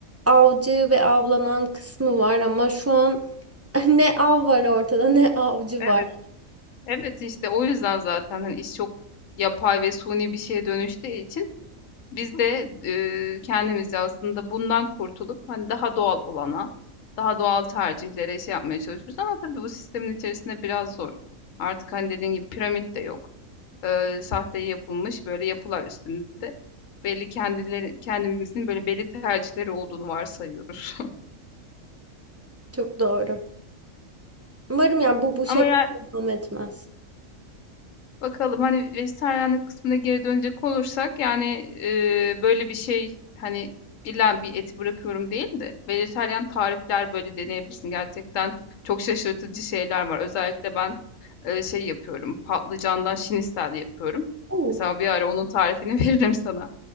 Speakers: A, on the right; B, on the left.
A: avcı ve avlanan kısmı var ama şu an <laughs> ne av var ortada ne avcı
B: Evet.
A: var.
B: Evet, işte o yüzden zaten, hani, iş çok yapay ve suni bir şeye dönüştüğü için biz de, eee, kendimizce aslında bundan kurtulup, hani, daha doğal olana, daha doğal tercihlere şey yapmaya çalışıyoruz ama tabii bu sistemin içerisinde biraz zor. Artık, hani, dediğin gibi piramit de yok. Eee, sahte yapılmış böyle yapılar üstünde. Belli kendileri kendimizin böyle belli tercihleri olduğunu varsayıyoruz. <laughs>
A: Çok doğru. Umarım yani bu bu şekilde
B: Ama ya
A: devam etmez.
B: Bakalım hani vejetaryenlik kısmına geri dönecek olursak yani e, böyle bir şey hani illa bir eti bırakıyorum değil de vejetaryen tarifler böyle deneyebilirsin. Gerçekten çok şaşırtıcı şeyler var. Özellikle ben e, şey yapıyorum patlıcandan şinistel yapıyorum.
A: Oo.
B: Mesela bir ara onun tarifini <laughs> veririm sana.